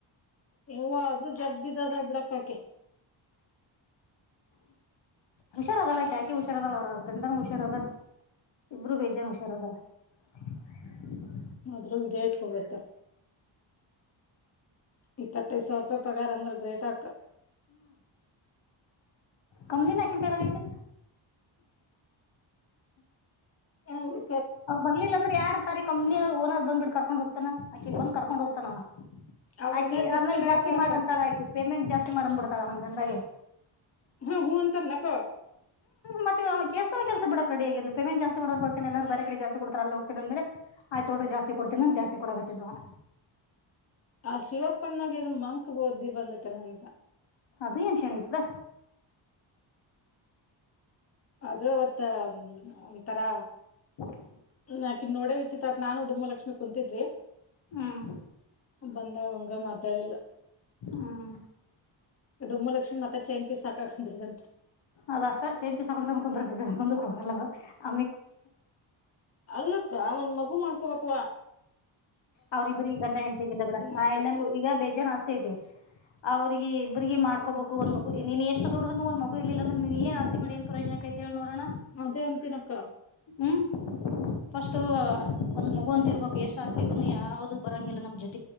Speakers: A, on the left (about 30°); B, on the left (about 65°).
A: ಹೆಂಗೋ ಆದ್ರೂ ಜಗ್ಗಿದದ ಬಿಡಪ್ಪ ಆಕಿ
B: ಹುಷಾರ ಅದಾಳ ಯಾಕೆ ಹುಷಾರ ಅದಾಳ ಅವ್ರ ಗಂಡನ್ ಹುಷಾರ ಅದಾರ ಇಬ್ರು ಬೇಜನ್ ಹುಷಾರಾರ್ ಅದಾರ <inaudible>
A: ಆದ್ರ ಡೇಟ್ ಹೋಗುತ್ತೆ ಇಪ್ಪತ್ತೈದ್ ಸಾವಿರ ರೂಪಾಯಿ ಪಗಾರ ಅಂದ್ರೆ ಗ್ರೇಟಕ
B: ಕಮ್ಯುನಿ ಹಾಕಿ ಕೈಗಾರಿಕೆ
A: ಹೌದು
B: ಅವ್ ಬರ್ಲಿಲ್ಲ ಅಂದ್ರೆ ಯಾರ ಇರ್ತಾರೆ ಕಂಪ್ನಿ ಓನರ ಬಂದಬಿಟ್ಟ ಕರಕೊಂಡ ಹೋಗತಾನ ಅಕಿನ ಬಂದು ಕರ್ಕೊಂಡು ಹೋಗ್ತಾನ ಆವಾ
A: ಆ
B: ಆಕಿ
A: ಓನರ್ಗ
B: ಆಮೇಲೆ
A: ಎಷ್ಟ್ ಜನ
B: ಜಾಸ್ತಿ
A: ಇರ್ತಾರಕ್ಕ
B: ಮಾಡಂತಾಳ ಆಕಿ ಪೇಮೆಂಟ್ ಜಾಸ್ತಿ ಮಾಡ ಅಂದ ಬಿಡ್ತಾಳ ಹಂದಾಗೆ
A: ಹಾ ಹೂ ಅಂತ ನಕ
B: ಮತ್ತ ಎಷ್ಟ ಕೆಲ್ಸ ಬಿಡಕ್ ರೆಡಿಗ ಪೇಮಂಟ್ ಜಾಸ್ತಿ ಮಾಡರ್ ಬರ್ತ ಎಲ್ಲರ ಬೇರೆಡೆ ಜಸ್ತಿ ಕೊಡ್ತಾರೆಲ್ಲ ಅಲ್ಲಿ ಹೋಗತೀನಿ ಆದ್ಮೇಲೆ ಆಯ್ತ ಜಾಸ್ತಿ ಕೊಡ್ತನಿ ಅಂತ ಜಾಸ್ತಿ ಕೊಡಕತ್ತಿದ ಆವಾ
A: ಆ ಶಿವಪ್ಪಣನ್ಣಾಗೇನು ಮಂಕ್ ಬುದ್ದಿ ಬಂದತೆನಂತ
B: ಅದೇನು ಇತೋ
A: ಆದ್ರೂ ಅವತ್ತ ಒಂಥರಾ
B: <inaudible>
A: ನಾ ಆಕೀ ನೋಡ ವಿಚತ್ ನಾನು ಡುಮ್ಮ ಲಕ್ಷ್ಮಣ ಕುಂತಿದ್ವಿ
B: ಹ್ಮ್
A: ಬಂದಾಗ ಹಂಗ ಮಾತಾಡಿಲ್ಲ
B: ಹ್ಮ
A: ಡುಮ್ಮಲಕ್ಷ್ಮಿ ಮತ್ತ ಚೈನ್ ಸಾಕ ಅಂದ್ರಗಂತ
B: ಅದ ಅಷ್ಟ ಚೇನ್ ಪಿಸಕೊಂತ ಕುಂದಿರ್ತ ಮುದಕ್ಕೆ ಹೋಗಲ್ಲ ಆವಾ
A: ಅಲ್ಲಕ್ಕ ಅವನ್ ಮಗು ಮಾಡ್ಕೊಬೇಕಲ್ವಾ ಆವಾ
B: ಅವ್ರರಿಬ್ಬರಿಗೆ ಗಂಡ ಹೆಣ್ತೆಗಿಲ್ಲ ಬೇಡ ಆ
A: ಮಾಡ್ಬೇಕ
B: ಅಣ್ಣನಗೂ ಈಗ ಬೇಜಾನ ಆಸ್ತಿ ಐತೆ ಅವ್ರರಿಗೆ ಇಬ್ಬರಿಗೆ ಮಾಡ್ಕೋಬೇಕು ಒಂದ್ಗ ನೀನು ಎಷ್ಟ ದುಡುದ್ನು ಒಂದ ಮಗು ಇಲ್ಲ ಅಂದ್ರೆ ನೀನ್ ಏನ್ ಆಸ್ತಿ ಮಾಡಿ ಏನ ಪ್ರಯೋಜನ ಕೈತೆ ಹೇಳ ನೋಡೋಣ
A: ಅದೇ ಹೇಳ್ತೀನಿ ಅಕ್ಕ
B: ಹ್ಮ್ ಫಸ್ಟ್ ಒಂದ್ ಮಗು ಅಂತ ಇರ್ಬೇಕಕ್ ಎಷ್ಟ್ ಆಸ್ತಿತ್ತು ಯಾವ್ದು ಬರಂಗಿಲ್ಲ ನಮ್ ಜೊತೆ